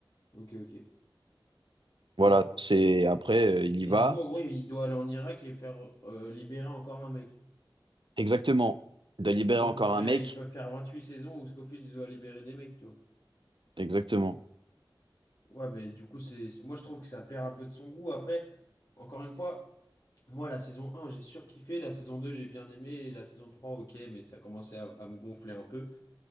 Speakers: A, on the left; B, on the right.
A: ok, ok.
B: Voilà,
A: Et du coup,
B: c'est après, euh, il y
A: et
B: va.
A: du coup, en gros, il doit aller en Irak et faire euh, libérer encore un mec.
B: Exactement. De libérer
A: Mais donc,
B: encore
A: en vrai,
B: un mec.
A: ils peuvent faire 28 saisons où Scofield doit libérer des mecs, tu vois.
B: Exactement.
A: Ouais, mais du coup, c'est, moi je trouve que ça perd un peu de son goût. Après, encore une fois, moi la saison un j'ai surkiffé, la saison 2 j'ai bien aimé, et la saison 3 ok, mais ça commençait à, à me gonfler un peu.